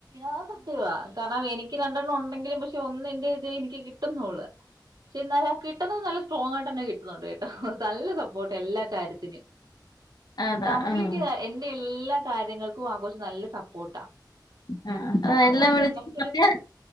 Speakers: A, on the right; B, on the left.
A: അത് സത്യവാ കാരണം എനിക്ക് രണ്ടെണ്ണം ഉണ്ടെങ്കിലും പക്ഷെ ഒന്നിൻ്റെ ഇതേ എനിക്ക് കിട്ടുന്നുള്ളൂ. പക്ഷെ എന്നാല് ആ കിട്ടുന്നത് നല്ല സ്ട്രോങ് ആയിട്ട് തന്നെ കിട്ടുന്നുണ്ട് കേട്ടോ നല്ല സപ്പോർട്ടാ എല്ലാ കാര്യത്തിനും.
B: അതാ
A: കംപ്ലീറ്റ്
B: ഉം.
A: ആ എന്റെ എല്ലാ കാര്യങ്ങൾക്കും ആ കൊച്ച് നല്ല സപ്പോർട്ടാ.
B: ആ
A: <unintelligible>
B: ആ എല്ലാം
A: സത്യം
B: വിളിച്ച്
A: <unintelligible>
B: പറഞ്ഞാ